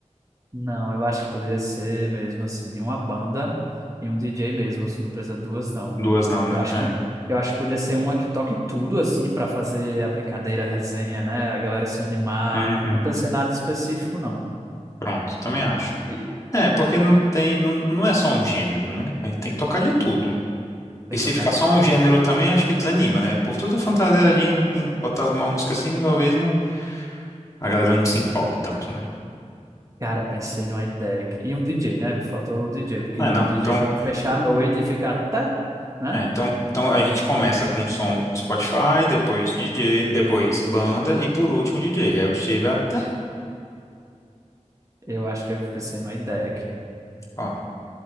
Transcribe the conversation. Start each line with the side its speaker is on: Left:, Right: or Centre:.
Right: Não, eu acho que poderia ser mesmo assim, uma banda e um DJ mesmo, se não precisa duas, não.
Left: Duas não,
Right: Eu
Left: né?
Right: acho
Left: É.
Right: que eu acho que podia ser uma que toque tudo assim para fazer a brincadeira, a resenha, né? A galera se animar.
Left: Uhum.
Right: Não precisa ser nada específico, não.
Left: Pronto, também acho.
Right: E
Left: É, porque não tem, não, não é só um gênero, né? A gente tem que tocar de tudo.
Right: Tem
Left: E
Right: que
Left: se
Right: tocar
Left: ficar
Right: de
Left: só
Right: tudo.
Left: um gênero também, acho que desanima, né? Por tudo fantasiadinho, com- botava uma música assim, talvez não, a galera não se empolgue tanto, né?
Right: Cara, pensei numa ideia. aqui. E um DJ, né? Faltou o DJ, porque
Left: É, não.
Right: um DJ
Left: Então,
Right: para fechar
Left: co-
Right: a noite e ficar até, né?
Left: é, então, então a gente começa com som Spotify, depois DJ, depois banda e por último DJ. Aí o DJ vai até,
Right: Eu acho que eu pensei numa ideia aqui.
Left: ó,